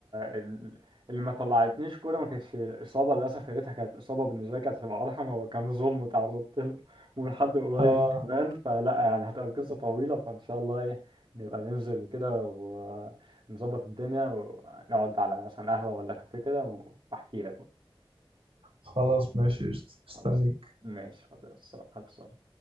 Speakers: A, on the right (about 55°); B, on the right (about 80°).
A: ال- اللي ما طلعتنيش كورة ما كانتش إصابة للأسف يا ريتها كانت إصابة بالنسبة لي كانت هتبقى أرحم هو كان ظلم تعرضت له ومن حد قريب
B: آه
A: كمان فلا يعني هتبقى قصة طويلة فإن شاء الله إيه نبقى ننزل كده ونظبط الدنيا ونقعد على مثلا قهوة ولا كافيه كده وأحكي لك بقى
B: خلاص ماشي قشطة. استنيك
A: خلاص ماشي خلاص خلاص